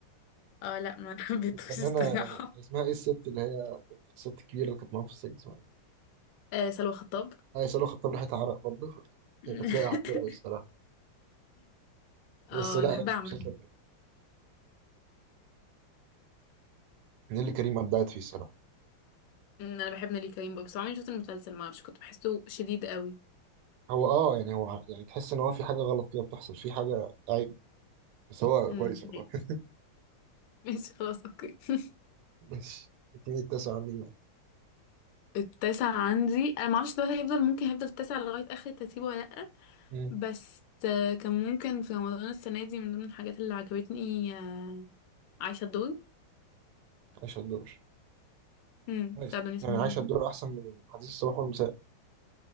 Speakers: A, on the left; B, on the right.
A: اه لا ما <laughs> حبيتهوش
B: فنانة
A: الصراحة
B: اسمها ايه الست اللي هي كانت- الست الكبيرة اللي كانت معاها في السجن اسمها ايه؟
A: آه سلوى خطاب
B: هي سلوى خطاب ريحة عرق برضه ف-
A: <laughs>
B: هي كانت لايقة على الدور أوي الصراحة
A: اه
B: بس لا
A: انا بحبها
B: يعني
A: عامة
B: مش هتلاقي- نيللي كريم أبدعت فيه الصراحة
A: أمم، انا بحب نيلي كريم بقى، بس عمري ما شفت المسلسل ما اعرفش كنت بحسه شديد قوي
B: هو اه يعني هو ع- يعني تحس إن هو في حاجة غلط كده بتحصل في حاجة عيب بس هو
A: امم
B: كويس والله
A: <laughs> ماشي
B: <laughs>
A: ماشي خلاص اوكي <laughs>
B: ماشي اديني التاسع عندي بقى
A: التاسع عندي انا ما اعرفش ده هيفضل ممكن هيفضل التاسع لغاية اخر ترتيبه ولا لا
B: مم.
A: بس آه، كان ممكن في رمضان السنة دي من ضمن الحاجات اللي عجبتني آه، عايشة الدور
B: عايشة الدور
A: امم
B: كويس
A: بتاع دنيا سمير
B: يعني عايشة
A: غانم
B: الدور أحسن من حديث الصباح والمساء